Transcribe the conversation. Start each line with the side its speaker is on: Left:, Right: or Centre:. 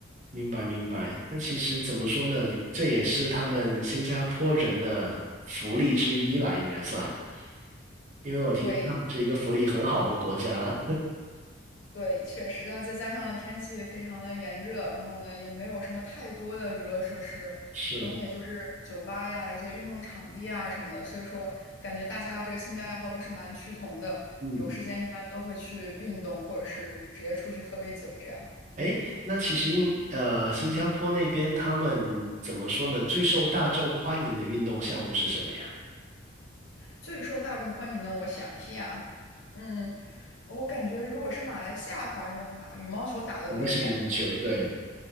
Right: 明白明白。那其实怎么说呢？这也是他们新加坡人的福利之一吧，应该算。因为我听说他们是一个福利很好的国家了。
Left: 对，对，确实，那再加上天气非常的炎热，然后呢，也没有什么太多的娱乐设施，
Right: <laughs> 是，
Left: 可能也就是酒吧呀、一些运动场地啊什么的，所以说感觉大家这个兴趣爱好都是蛮趋同的，
Right: 嗯，
Left: 有时间一般都会去运动，或者是直接出去喝杯酒这样。
Right: 哎，那其实应呃，新加坡那边他们怎么说呢？最受大众欢迎的运动项目是什么呀？
Left: 最受大众欢迎呢，我想一下，嗯，我感觉如果是马来西亚华人的话，羽毛球打得多一点，
Right: 肯定是羽毛球，对。